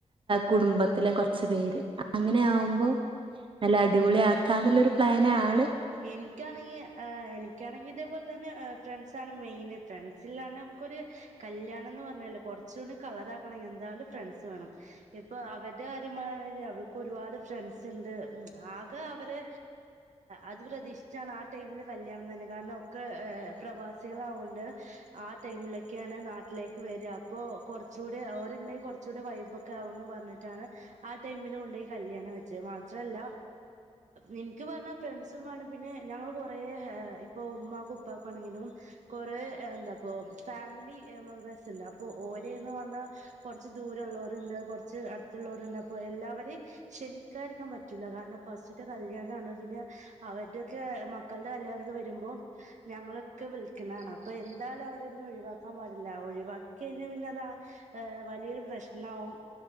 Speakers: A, on the right; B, on the right.
A: കുടുംബത്തിലെ കുറച്ച് പേര് അങ്ങനെ ആകുമ്പോ നല്ല അടിപൊളി ആക്കാ എന്നുള്ളരു പ്ലനാണ്
B: എനിക്കാണെങ്കിൽ എനിക്കാണെക്കി ഇതേപോലെ തന്നെ ഫ്രണ്ട്സ് സാണ് മെയിൻ ഫ്രണ്ട്സിലാണ്ട് നമുക്കൊരു കല്യാണം എന്ന് പറഞ്ഞല്ലോ കുറച്ചുകൂടി കളറാക്കണെങ്കിൽ എന്തായാലും ഫ്രണ്ട്സ് വേണം ഇപ്പൊ അവരുടെ കാര്യം പറ അവർക്ക് ഒരുപാട് ഫ്രണ്ട്സ് ഇണ്ട് ആകെ അവര് അത് പ്രതീഷിച്ചാണ് ആ ടൈമിൽ കല്യാണം തന്നെ കാരണം ഒക്കെ പ്രവാസികളവുണ്ട് ആ ടൈമിലൊക്കെയാണ് നാട്ടിലേക്ക് വര അപ്പോൾ കുറച്ചുകൂടി അവരുണ്ടെങ്കിൽ കുറച്ചുകൂടി വൈബൊക്കെ ആകന്ന് പറഞ്ഞിട്ടാണ് ആ ടൈമിൽ കൊണ്ടയി കല്യാണം വെച്ചത് മാത്രല്ല നിക്ക് പറഞ്ഞാൽ ഫ്രണ്ട്സും വേണം പിന്നെ ഞങ്ങൾ കുറേ ഇപ്പോ ഉമ്മാക്കും ഉപ്പക്കും ആണെങ്കിലും കുറേ എന്താപ്പോ ഫാമിലി മെമ്പേഴ്സ് ഇണ്ട് അപ്പോൾ ഓരേന്ന് പറഞ്ഞാൽ കുറച്ച് ദൂര ള്ളോരുണ്ട് കുറച്ച് അടുത്തുള്ളിരുണ്ട് അപ്പോ എല്ലാവരേം ക്ഷണിക്കാതിരിക്കാൻ പറ്റില്ല കാരണം ഫസ്റ്റ്ത്തെ കല്യാണാണ് പിന്നെ അവരുടെയൊക്കെ മക്കളുടെ കല്യാണംമൊക്കെ വരുമ്പോ ഞങ്ങളൊക്കെ വിളിക്ക്ണതാണ് അപ്പൊ എന്തായാലും അവരൊന്നും ഒഴിവാക്കാൻ പാടില്ല ഒഴിവാക്കി കഴിഞ്ഞാൽ പിന്നെ അതാ വലിയൊരു പ്രശ്നാവും